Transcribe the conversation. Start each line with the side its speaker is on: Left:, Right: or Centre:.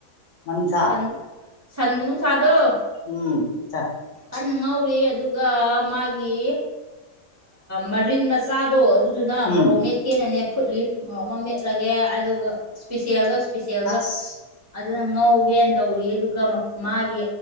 Left: ꯃꯅꯨꯡꯁꯥ
Right: ꯁꯟ ꯁꯟ ꯅꯨꯡꯁꯥꯗꯣ
Left: ꯎꯝ ꯆꯥ
Right: ꯀꯟꯅ ꯉꯧꯔꯤ ꯑꯗꯨꯒ ꯃꯥꯒꯤ ꯃꯔꯤꯟ ꯃ ꯃꯆꯥꯗꯣ ꯑꯗꯨꯗꯨꯅ
Left: ꯎꯝ
Right: ꯃꯣꯔꯣꯛ ꯃꯦꯠꯀꯦꯅꯅꯦ ꯐꯨꯠꯂꯤ ꯃꯣꯛ ꯑꯃ ꯃꯦꯠꯂꯒꯦ ꯑꯗꯨꯒ ꯏꯁꯄꯤꯁꯦꯜꯗꯣ ꯏꯁꯄꯤꯁꯦꯜꯗꯣ
Left: ꯑꯁ
Right: ꯑꯗꯨꯅ ꯉꯧꯒꯦꯅ ꯇꯧꯔꯤ ꯑꯗꯨꯒ ꯃꯥꯒꯤ